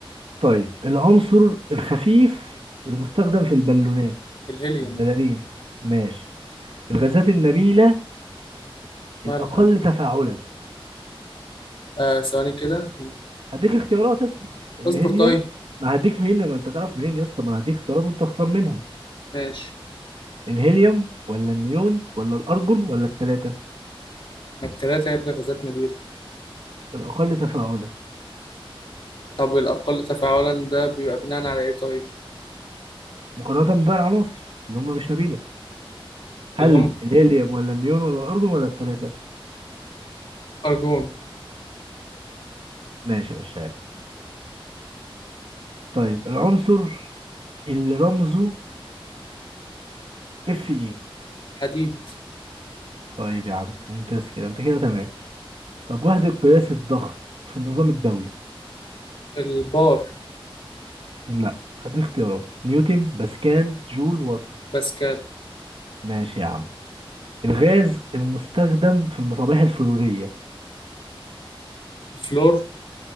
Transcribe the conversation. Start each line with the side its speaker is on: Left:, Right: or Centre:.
Right: طيب العنصر الخفيف المستخدم في البالونات
Left: الهيليوم
Right: البلالين ماشي الغازات النبيله
Left: مالها
Right: الاقل تفاعلا
Left: آه ثواني كده
Right: هديك اختيارات اسمع الهيليوم
Left: اصبر طيب
Right: ما هديك منين ما انت تعرف منين يا اسطى ما انا هديك اختيارات وانت تختار منهم
Left: ماشي
Right: الهيليوم ولا النيون ولا الأرجون ولا التلاتة
Left: ما التلاتة يا ابن غازات نبيل
Right: الأقل تفاعلا
Left: طب الأقل تفاعلا ده بيبقى بناء على إيه طيب؟
Right: مقارنة بقى العناصر اللي هم مش نبيلة هل
Left: اللي هم
Right: الهيليوم ولا النيون ولا الأرجون ولا التلاتة
Left: أرجون
Right: ماشي يا لك طيب العنصر اللي رمزه اف اي
Left: حديد
Right: طيب يا عم ممتاز كده انت كده تمام طب وحدة قياس الضغط في النظام الدولي
Left: البار
Right: لا هدي اختيارات نيوتن باسكال جول وات
Left: باسكال
Right: ماشي يا عم الغاز المستخدم في المصابيح الفلورية
Left: الفلور